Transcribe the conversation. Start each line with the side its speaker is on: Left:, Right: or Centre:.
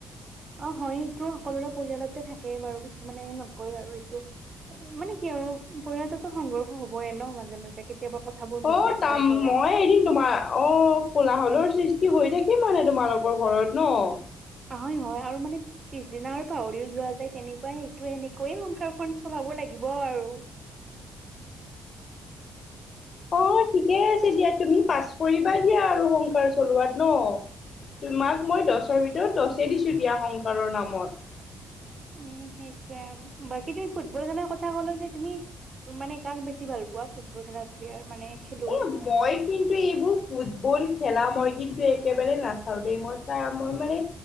Right: অ' হয় সেইটো সকলোৰে পৰিয়ালতে থাকেই বাৰু। কিছুমানে নকয় বাৰু এইটো। মানে কি আৰু পৰিয়ালটোতো সংঘৰ্ষ হবয়ে ন' মাজে মাজে কেতিয়াবা কথাবোৰ মিল
Left: অ'
Right: নাখায়
Left: তাম
Right: ধৰা
Left: মই এদিন তোমাৰ, অ'। কোলাহলৰ সৃষ্টি হৈ থাকে মানে তোমালোকৰ ঘৰত ন'?
Right: হয় হয় আৰু মানে পিছদিনা আৰু পাহৰিও যোৱা যায় তেনেকুৱা সেইটো। এনেকৈয়ে সংসাৰখন চলাব লাগিব আৰু।
Left: অ' ঠিকে আছে দিয়া, তুমি পাছ কৰিবা দিয়া আৰু সংসাৰ চলোৱাত ন'? তোমাক মই দছৰ ভিতৰত দছে দিছোঁ দিয়া সংসাৰৰ নামত।
Right: উম সেইটোয়ে আৰু। বাকী তুমি ফুটবল খেলাৰ কথা ক'লা যে তুমি মানে কাক বেছি ভাল পোৱা ফুটবল খেলা প্লেয়াৰ মানে খেলুৱৈ?
Left: এ মই কিন্তু এইবোৰ ফুটবল খেলা মই কিন্তু একেবাৰে নাচাওঁ দেই। মই <unintelligible> মানে